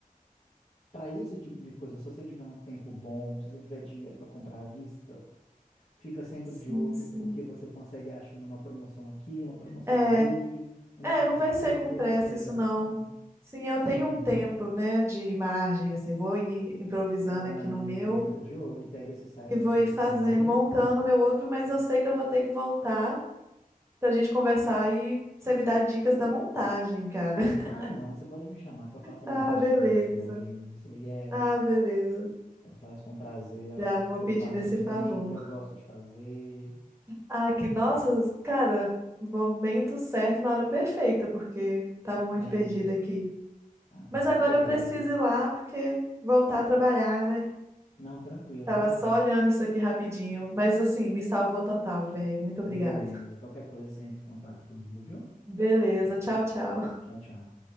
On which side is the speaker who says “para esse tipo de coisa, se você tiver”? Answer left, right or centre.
Left